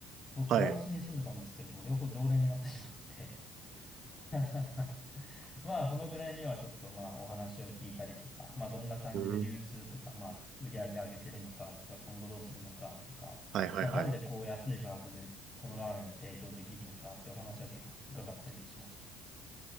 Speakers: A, on the left (about 25°); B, on the right (about 60°).
A: 僕、
B: はい。
A: フランスに住んでたんですけれども、両方常連になってしまって <laughs> まあ、そのぐらいにはちょっとまあ、お話を聞いたりとか、まあ、どんな感じで流通とか、
B: うん。
A: まあ、売り上げ上げてるのかとか、今後どうするのかとか、
B: はいはいはい。
A: まあ、なんでこう安い価格でこのラーメンを提供できるのかっていうお話は結構伺ったりはしましたね。